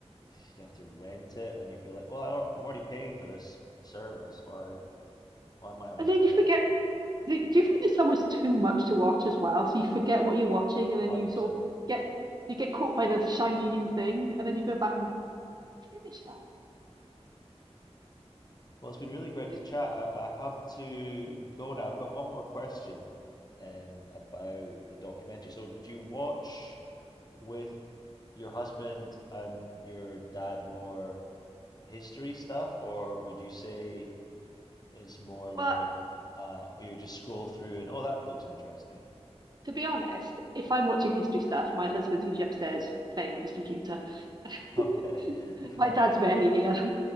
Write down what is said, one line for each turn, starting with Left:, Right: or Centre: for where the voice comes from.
Left: f- you have to rent it, and you feel like, well, I'm I'm already paying for this service. Why why am I having
Right: And then
Left: to
Right: you forget. Do do you find it's almost too much to watch as well? So you forget what you're watching, and then
Left: 100%?
Right: you sort of get you get caught by the shiny new thing, and then you go back and finish that.
Left: Well, it's been really great
Right: It's
Left: to chat. I, I have to go now. I've got one more question um, about the documentary. So, do you watch with your husband and your dad more history stuff, or would you say it's more like
Right: well,
Left: uh, or you just scroll through and oh, that looks interesting? <laughs>
Right: to be honest, if I'm watching history stuff, my husband's usually upstairs playing with his computer. <laughs>
Left: Okay,
Right: <laughs> My
Left: <laughs> right,
Right: dad's rarely here. <laughs>